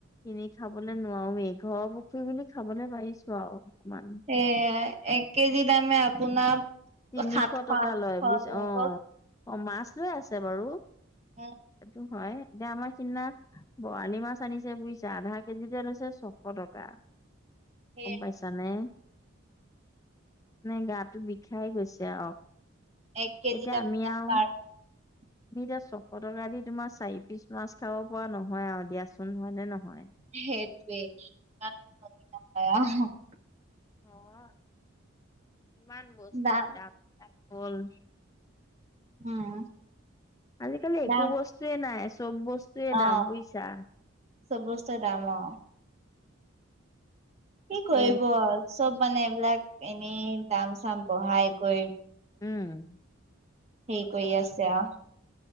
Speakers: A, on the left; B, on the right.
A: কিনি খাবলৈ নোৱাৰোই ঘৰৰ পুখুৰী বুলি খাবলৈ পাৰিছো আৰু অকমান।
B: এয়াই এক কেজি দামে আপোনাৰ
A: তিনিশ
B: সাতশ
A: টকা
B: আঠশ
A: লয় বুইছ
B: তেনেকুৱা
A: অ' অ' মাছ লৈ আছে বাৰু।
B: অ',
A: সেইটো হয় এতিয়া আমাৰ সিদিনা বৰালি মাছ আনিছে বুজিছা আধা কেজিতে লৈছে ছশ টকা।
B: সেয়ে
A: গম পাইছা নে, নে গাটো বিষ ষায় গৈছে আৰু
B: এক কেজিত
A: এতিয়া
B: আপোনাৰ
A: আমি আৰু
B: <inaudible>
A: তুমি এতিয়া ছশ টকা দি তোমাৰ চাৰি পিচ মাছ খাব পৰা নহয় আৰু দিয়াচোন নহয় নে নহয়।
B: সেইটোৱেই কান ধ নপৰা। <unintelligible>
A: অ', কিমান বস্তুৰ
B: দাম
A: দাম <unintelligible>
B: উম,
A: আজিকালি
B: দাম
A: একো বস্তুৱয়ে নাই। চব বস্তুৱয়ে
B: অ
A: দাম বুইছা।
B: চব বস্তুৱে দাম অ'
A: তাকে
B: কি কৰিব চব মানে এইবিলাক এনেই দাম চাম বঢ়াই কৈ -
A: উম,
B: হেই কৰি আছে আৰু।